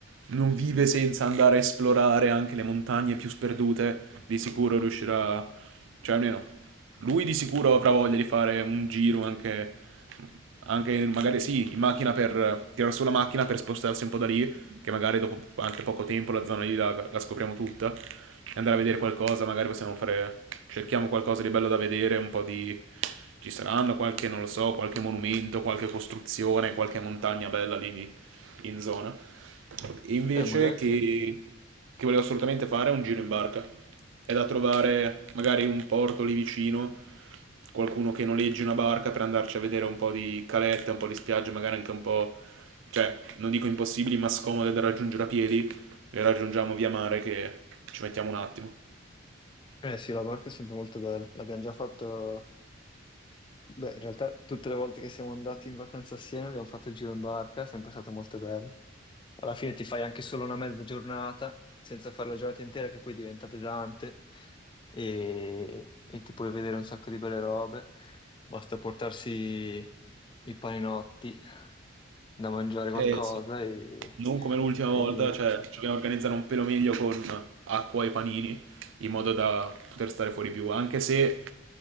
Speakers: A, on the right; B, on the left.
A: non vive senza andare a esplorare anche le montagne più sperdute, di sicuro riuscirà, cioè almeno lui di sicuro avrà voglia di fare un giro anche, anche magari sì, in macchina per tirare su la macchina per spostarsi un po' da lì, che magari dopo anche poco tempo la zona lì la, la scopriamo tutta, e andare a vedere qualcosa, magari possiamo fare, cerchiamo qualcosa di bello da vedere, un po' di... ci saranno qualche, non lo so, qualche monumento, qualche costruzione, qualche montagna bella lì in zona. E invece
B: Eh, magari
A: che,
B: sì.
A: che volevo assolutamente fare è un giro in barca. È da trovare magari un porto lì vicino, qualcuno che noleggi una barca per andarci a vedere un po' di calette, un po' di spiagge, magari anche un po' cioè, non dico impossibili, ma scomode da raggiungere a piedi, le raggiungiamo via mare che ci mettiamo un attimo.
B: Eh sì, la barca è sempre molto bella. L'abbiamo già fatto... Beh, in realtà tutte le volte che siamo andati in vacanza assieme abbiamo fatto il giro in barca, è sempre stato molto bello. Alla fine ti fai anche solo una mezza giornata, senza fare la giornata intera che poi diventa pesante e, e ti puoi vedere un sacco di belle robe. Basta portarsi i paninotti da mangiare qualcosa
A: Eh sì.
B: e,
A: Non come l'ultima volta,
B: e via.
A: cioè, ci dobbiamo organizzare un pelo meglio con acqua e panini, in modo da poter stare fuori più, anche se